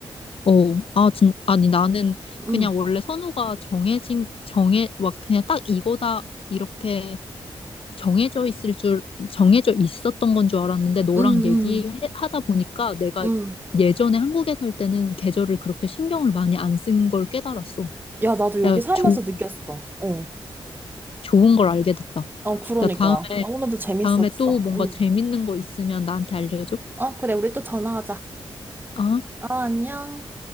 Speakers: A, on the left (about 65°); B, on the right (about 20°).
A: 어, 아, 진, 아니, 나는
B: 응,
A: 그냥 원래 선호가 정해진, 정해, 막 그냥 딱 이거다, 이렇게 정해져 있을 줄, 정해져 있었던 건 줄 알았는데, 너랑
B: 응, 응,
A: 얘기하다 보니까 내가
B: 응.
A: 예전에 한국에 살 때는 계절을 그렇게 신경을 많이 안 쓴 걸 깨달았어.
B: 야, 나도 여기
A: 야,
B: 살면서
A: 조,
B: 느꼈어. 어.
A: 좋은 걸 알게 됐다.
B: 어, 그러니까.
A: 야, 다음에,
B: 어, 오늘도 재밌었어.
A: 다음에 또 뭔가
B: 응.
A: 재밌는 거 있으면 나한테 알려줘.
B: 어, 그래, 우리 또 전화하자.
A: 아.
B: 어, 안녕.